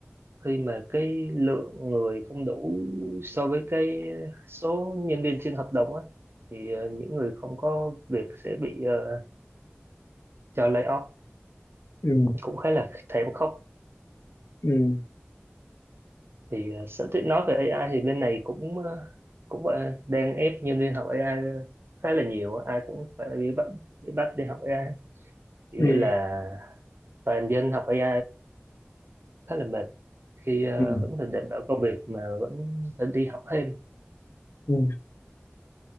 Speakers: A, on the right; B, on the left.
A: khi mà cái lượng người không đủ so với cái số nhân viên trên hợp đồng á thì ờ, những người không có việc sẽ bị ờ, cho lay off
B: ừ
A: cũng khá là thảm khốc
B: ừ
A: thì uh, sẵn tiện nói về AI thì bên này cũng ờ, cũng ờ, đang ép nhân viên học AI khá là nhiều á. ai cũng phải bị bắt bị bắt đi học AI kiểu
B: ừ
A: như là toàn dân học AI khá là mệt khi ờ,
B: ừ
A: vẫn phải đảm bảo công việc mà vẫn phải đi học thêm
B: ừ.